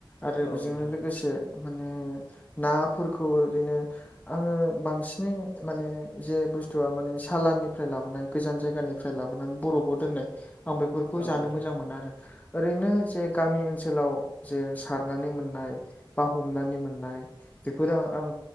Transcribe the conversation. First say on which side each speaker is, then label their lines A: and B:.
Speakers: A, on the left; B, on the left.
A: आरो
B: औ
A: बेजोंनो
B: नोंथां
A: लोगोसे माने नाफोरखौ ओरैनो आंङो बांसिनै माने जे बुस्थुवा माने सालानि फ्राय लाबोनाय गोजान जायगानिफ्राय लाबोनानै बरफआव दोननाय आं बेफोरखौ
B: औ
A: जानो
B: नोंथां
A: मोजां मोनो आरो ओरैनो जे गामि ओनसोलाव जे सारनानै मोननाय बा हमनानै मोननाय बेफोरो आं